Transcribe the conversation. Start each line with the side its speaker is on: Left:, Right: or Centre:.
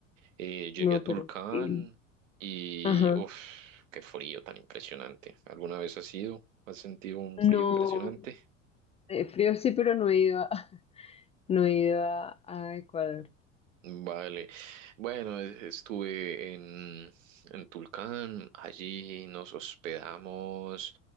Right: Eh, llegué
Left: No,
Right: a Tulcán
Left: pero increíble.
Right: y,
Left: Ajá.
Right: uff, qué frío tan impresionante. ¿Alguna vez has ido? ¿Has sentido un
Left: No,
Right: frío impresionante?
Left: eh, frío sí, pero no he ido a, <laughs> no he ido a, a Ecuador.
Right: Vale. Bueno, e- estuve en, en Tulcán, allí nos hospedamos